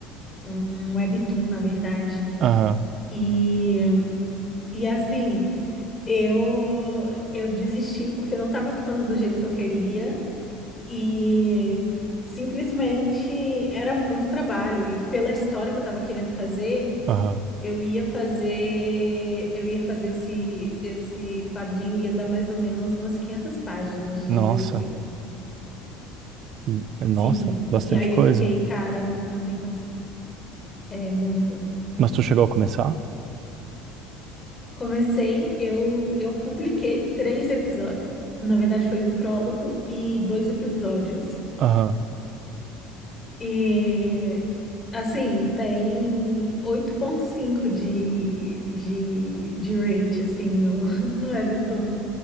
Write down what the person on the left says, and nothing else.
um um webtoon, na verdade.
E, e assim, eu, eu desisti porque não estava ficando do jeito que eu queria. E simplesmente era muito trabalho. E pela história que eu estava querendo fazer.
Eu ia fazer, eu ia fazer esse esse quadrinho ia dar mais ou menos umas 500 páginas de
desenho.
Sim.
E aí
eu fiquei, cara, não tem condição. É muito.
Comecei, eu eu publiquei três episódios. Na verdade, foi um prólogo e dois episódios.
E assim, tem oito ponto cinco de, de, de rate assim no <laughs> no Webtoon.